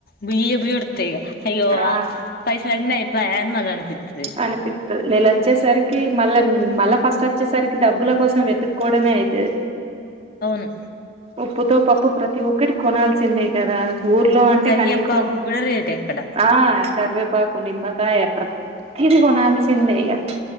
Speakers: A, on the left; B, on the right.
A: బుయ్య బయ్యడత ఇగ అయ్యో
B: ఆ
A: పైసలు అన్న అయిప్ప అన్ మళ అనిపితుది
B: అనిపిత్తది నెల వచ్చేసరికి మళ్ళ మళ్ళా ఫస్ట్ వచ్చేసరికి డబ్బుల కోసం వెతుక్కకోవడమే అవుతుది
A: అవును
B: ఉప్పుతో పప్పు ప్రతి ఒక్కటి కొనాల్సిందే కదా ఊర్లో అంటే
A: కరియేపాకు
B: కనీసం
A: కూడా రేటే అక్కడ
B: ఆ కరివే కరివేపాకు నిమ్మకాయ ప్రతీది కొనాల్సిందే యక్